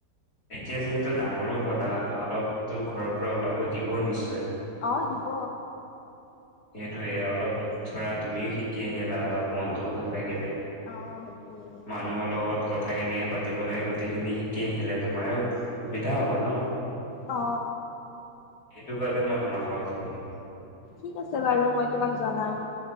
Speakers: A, on the left; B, on the left.
A: এতিয়া যিহেতু ডাঙৰো হলা অলপতো ঘৰৰ পৰা ওলাব দিব নিশ্চয়।
B: অহ দিব
A: সেইটোয়ে অলপ ধৰা তুমিও শিকি আহিলা অলপ মনতটোও ভাল লাগিলে।
B: অ সেইটোৱেই
A: মানুহৰ লগত কথা কেনেকে পাতিব লাগে গোটেইখিনি শিকি আহিলে তোমাৰ সুবিধা হব ন।
B: অ
A: এইটো কাৰণে মই তোমাক লগ ধৰি
B: ঠিক আছে বাৰু মই তোমাক জনাম।